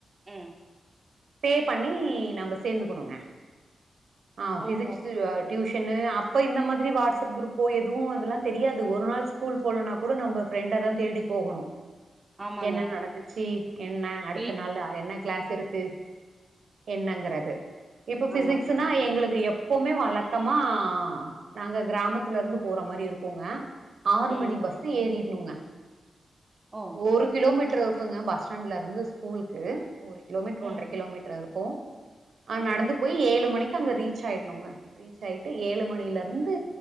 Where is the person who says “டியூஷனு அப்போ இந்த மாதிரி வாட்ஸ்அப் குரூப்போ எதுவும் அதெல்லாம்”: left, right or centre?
Right